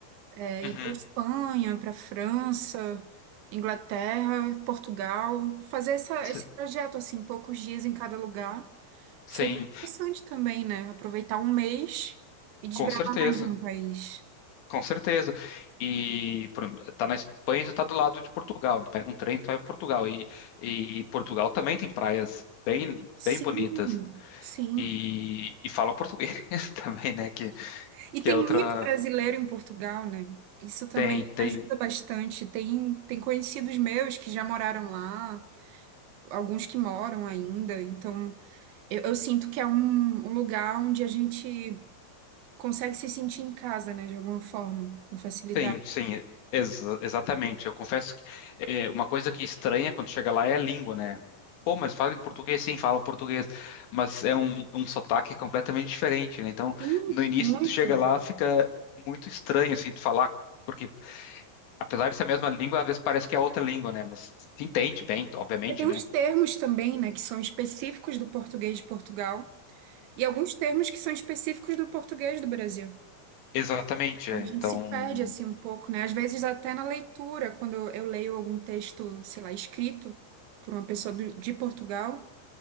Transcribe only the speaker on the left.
Uhum.
S-
Sim,
com certeza.
Com certeza. E por exemplo, tá na Espanha, já tá do lado de Portugal. Tu pega um trem, tu vai para Portugal. E, e Portugal também tem praias bem, bem
bonitas.
E, e fala português <laughs> também, né? Que,
que é outra,
Tem, tem,
tem, sim, ex- exatamente. Eu confesso que é, uma coisa que estranha quando chega lá é a língua, né? Pô, mas falam em português, sim, falam português, mas é um, um sotaque completamente diferente, né? Então,
no início,
tu chega lá, fica muito estranho, assim, tu falar, porque apesar de ser a mesma língua, às vezes parece que é outra língua, né? Mas se entende bem, obviamente,
né?
Exatamente,
é.
Então,